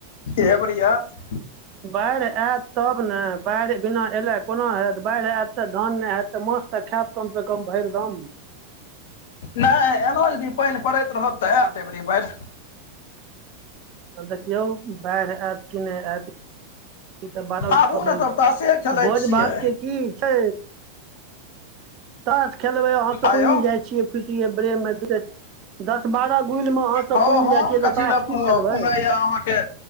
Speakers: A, on the left; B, on the right.
A: एबरिया ऐत
B: बाढ़ि आयत तब ने बाढ़ि बिना एयले कोना होयत बाढ़ि आयत तऽ धान नहि हयैत तऽ माछ तऽ खायब कमसँ कम भरि गाम
A: नहि एना यदी पानि पड़ैत रहत तऽ आयत अबरी बाहिर
B: आब देखियौ बैग आयत किनहि आयत तबार भेल
A: आबू ने तब तासे खेलै
B: भोज
A: छियै
B: भातके की छै ताश खेलबै अहा त
A: आयौ
B: उयम जाइ छियै खुशी ब्रेम मे दस बारह गुल मे सब
A: हउ
B: पुनि
A: हम
B: जाइ छियै तऽ
A: कथी
B: ताश
A: ले
B: की
A: पु
B: खेलबै
A: पुग य अहाँके